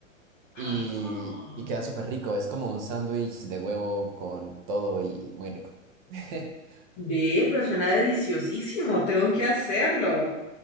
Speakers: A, on the left; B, on the right.
A: Ah,
B: y, y queda súper rico. Es como un sándwich de huevo con todo y muy rico. <laughs>
A: ve, pero suena deliciosísimo. Tengo que hacerlo.